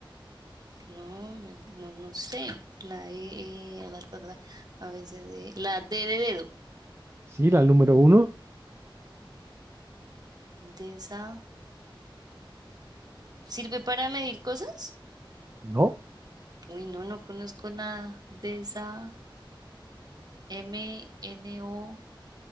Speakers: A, on the right; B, on the right.
A: no, me- no, no sé. La E, eh, bla, bla, bla, A, B, C, D. La D de dedo.
B: Sí, la número uno.
A: De esa. ¿Sirve para medir cosas?
B: No,
A: Uy, no, no conozco nada de esa m n o